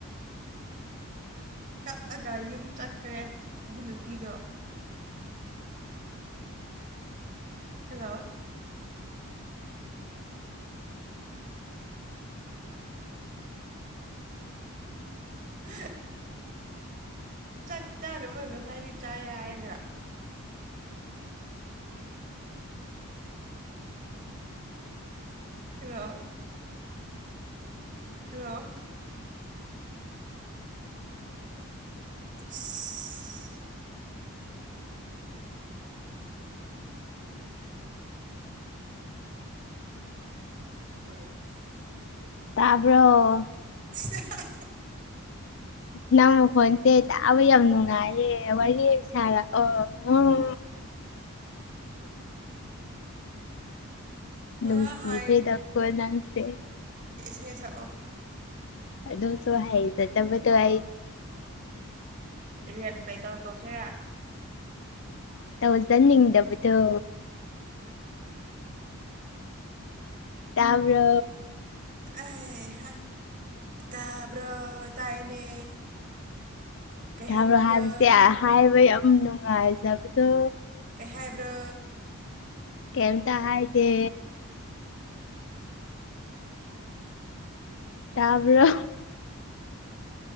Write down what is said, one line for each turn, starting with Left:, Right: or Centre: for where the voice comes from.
Right: ꯀꯛꯑꯒ ꯌꯨꯝ ꯆꯠꯈ꯭ꯔꯦ ꯑꯗꯨ ꯅꯨꯄꯤꯗꯣ ꯍꯜꯂꯣ <inaudible> ꯍ ꯆꯥꯛ ꯆꯥꯔꯨꯕ ꯉꯁꯥꯏꯗꯤ ꯆꯥꯏ ꯍꯥꯏꯔꯒ ꯍꯂꯣ ꯍꯜꯂꯣ <inaudible> ꯇ
Left: ꯇꯕꯔ
Right: ꯆ
Left: ꯅꯃꯒ ꯐꯇꯦ ꯌꯥ ꯌꯕꯅꯅꯨꯡꯥꯏ ꯋꯥꯔꯤ ꯁꯔ ꯑꯣ ꯂꯨꯁꯤ
Right: ꯋꯥ ꯍꯥꯏ
Left: ꯀ꯭ꯔꯦꯗꯈꯣ ꯅꯪꯁꯦ
Right: ꯊꯦ ꯁꯛꯑꯣ
Left: ꯑꯗꯨ ꯑꯗꯨꯣꯁꯨꯣ ꯍꯥꯏ ꯆ ꯇ ꯃꯗꯨ ꯍꯥꯏꯏ
Right: ꯔꯦꯕꯩꯇꯂ ꯇꯣꯁꯤꯔꯥ
Left: ꯇꯧꯖꯟꯅꯤꯡ ꯗꯕꯗꯨ ꯌꯥꯕ
Right: ꯑ ꯍ ꯇꯥꯕ꯭ꯔꯣ ꯇꯥꯏꯃꯦ ꯀꯩ
Left: ꯊꯔꯣ
Right: ꯍꯥꯏꯅꯤꯡꯕ꯭ꯔꯥ
Left: ꯍꯥꯏꯕꯁꯦ ꯍꯥꯏꯕ ꯌꯥꯝ ꯅꯨꯡꯉꯥꯏꯖꯕꯗꯣ
Right: ꯀꯩ ꯍꯥꯏꯕ꯭ꯔꯥ
Left: ꯀꯝ ꯇ ꯍꯥꯏꯗꯤ ꯇꯕꯔ